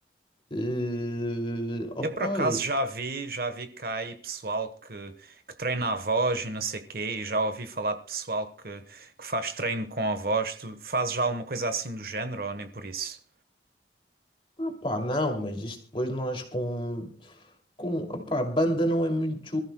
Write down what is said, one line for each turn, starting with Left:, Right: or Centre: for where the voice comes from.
Left: Eh, opa,
Right: Eu por acaso já vi, já vi cá aí pessoal que, que treina a voz e não sei quê, e já ouvi falar de pessoal que, que faz treino com a voz. Tu fazes já alguma coisa assim do género ou nem por isso?
Left: Ah, pá, não, mas isto depois nós com, com, opá, banda não é muito,